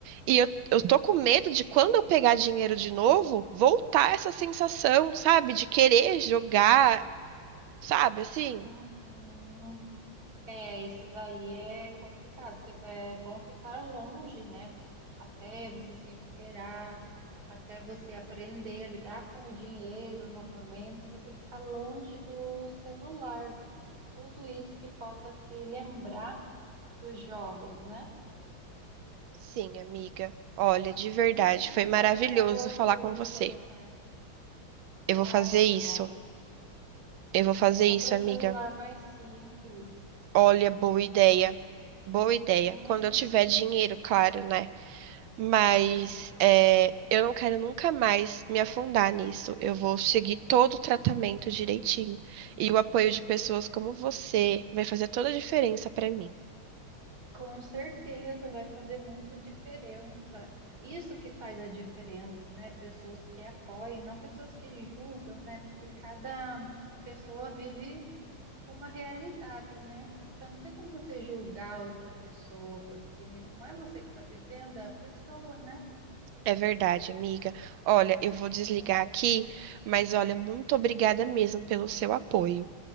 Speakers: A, on the right; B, on the right.
A: E eu, eu tô com medo de quando eu pegar dinheiro de novo, voltar essa sensação, sabe? De querer jogar, sabe? Assim,
B: Uhum. É, isso daí é complicado. Cê- É bom ficar longe, né? Até você se recuperar, até você aprender a lidar com o dinheiro novamente, você ficar longe do celular, de tudo isso que possa te lembrar os jogos, né?
A: sim, amiga. Olha, de verdade,
B: Uhum,
A: foi maravilhoso
B: compra outro
A: falar com você.
B: celular.
A: Eu vou
B: Ai,
A: fazer
B: que
A: isso.
B: bom.
A: Eu vou fazer
B: Compra
A: isso,
B: um
A: amiga.
B: celular mais simples.
A: Olha, boa ideia. Boa ideia.
B: Uhum,
A: Quando eu tiver dinheiro, claro, né? Mas
B: isso.
A: é, eu não quero nunca mais me afundar nisso. Eu vou seguir todo o tratamento direitinho. E o apoio de pessoas como você vai fazer toda a diferença pra mim.
B: Com certeza vai fazer muita diferença. Isso que faz a diferença, né? Pessoas que apoiam, não pessoas que julgam, né? Porque cada pessoa vive uma realidade, né? Então não tem como você julgar outra pessoa, porque não é você que está vivendo, é a pessoa, né?
A: É verdade, amiga. Olha, eu vou desligar
B: É.
A: aqui, mas olha, muito obrigada mesmo pelo seu apoio,